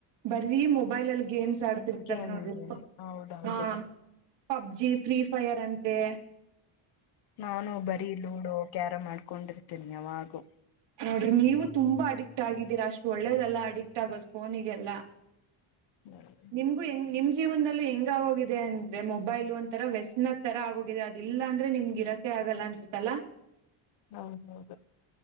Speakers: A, on the right; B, on the left.
A: ಬರೀ ಮೊಬೈಲ್ ಅಲ್ಲಿ ಗೇಮ್ಸ್ ಆಡ್ತಿರ್ತಾರೆ
B: ಗೇಮ್
A: ನೋಡ್ರಿಪ್ಪ
B: ಗೇಮ್ ಹೌದೌದು
A: ಹಾ ಪಬ್ಜಿ ಫ್ರೀಫೈರ್ ಅಂತೆ
B: ನಾನು ಬರೀ ಲೂಡೋ ಕ್ಯಾರಮ್ ಮಾಡ್ಕೊಂಡಿರ್ತೀನಿ ಯಾವಾಗು
A: ನೋಡ್ರಿ ನೀವು ತುಂಬಾ ಅಡಿಕ್ಟ್ ಆಗಿದ್ದೀರಾ ಅಷ್ಟು ಒಳ್ಳೇದಲ್ಲಾ ಅಡಿಕ್ಟ್ ಆಗೋದು ಫೋನಿಗೆಲ್ಲ
B: ಹ್ಮ್
A: ನಿಮ್ಗೂ ಹೆಂಗ ನಿಮ ಜೀವನದಲ್ಲಿ ಹೆಂಗ ಆಗೋಗಿದೆ ಅಂದ್ರೆ ಮೊಬೈಲ್ ಒಂತರ ವ್ಯಸ್ನ ತರ ಆಗೋಗಿದೆ ಅದಲ್ಲಾಂದ್ರೆ ನಿಮ್ಗೆ ಇರಕೆ ಆಗಲ್ಲ ಅನ್ಸುತ್ತಲ್ಲ
B: ಹೌ ಹೌದು